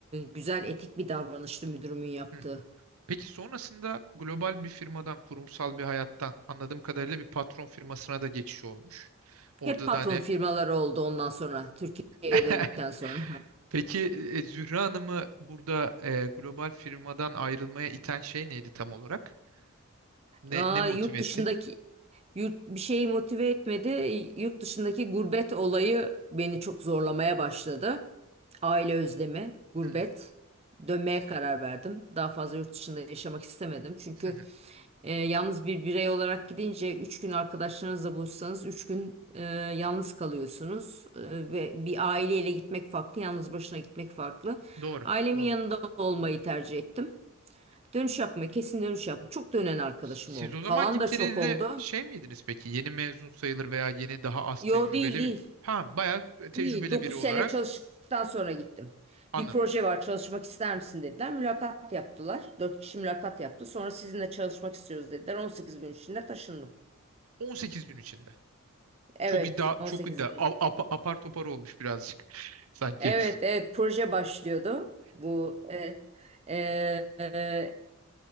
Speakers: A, on the right (about 30°); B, on the right (about 75°).
A: güzel etik bir davranıştı müdürümün yaptığı.
B: Hı hı. Peki sonrasında global bir firmadan, kurumsal bir hayattan anladığım kadarıyla bir patron firmasına da geçiş olmuş. Orada
A: Hep patron
B: da hani
A: firmaları oldu ondan sonra Türkiye'ye
B: <laughs>
A: döndükten sonra.
B: Peki e, Zühre Hanım'ı burada e, global firmadan ayrılmaya iten şey neydi tam olarak? Ne,
A: Aa,
B: ne motive
A: yurt
B: etti?
A: dışındaki yurt bir şey motive etmedi. Yurt dışındaki gurbet olayı beni çok zorlamaya başladı. Aile özlemi, gurbet.
B: Hmm,
A: Dönmeye karar verdim. Daha fazla yurt dışında yaşamak istemedim. Çünkü
B: hı hı.
A: e, yalnız bir birey olarak gidince 3 gün arkadaşlarınızla buluşsanız 3 gün e, yalnız kalıyorsunuz. E, ve bir aileyle gitmek farklı, yalnız başına gitmek farklı.
B: Doğru,
A: Ailemin
B: doğru.
A: yanında olmayı tercih ettim. Dönüş yapma, kesin dönüş yapma. Çok dönen arkadaşım
B: S- Siz
A: oldu.
B: o zaman
A: Kalan
B: gittiğinizde
A: da çok oldu.
B: şey miydiniz peki? Yeni mezun sayılır veya yeni daha az
A: Yo
B: tecrübeli
A: değil değil.
B: bir... Ha, bayağı tecrübeli
A: İyi. 9
B: biri olarak
A: sene çalıştıktan sonra gittim.
B: anladım.
A: Bir proje var çalışmak ister misin dediler. Mülakat yaptılar. 4 kişi mülakat yaptı. Sonra sizinle çalışmak istiyoruz dediler. 18 gün içinde taşındım.
B: 18 gün içinde.
A: Evet
B: Çok iddia,
A: on
B: çok
A: sekiz
B: iddia.
A: gün içinde.
B: A- apa- apar topar olmuş birazcık <laughs> sanki.
A: Evet evet proje başlıyordu. Bu e, e, e,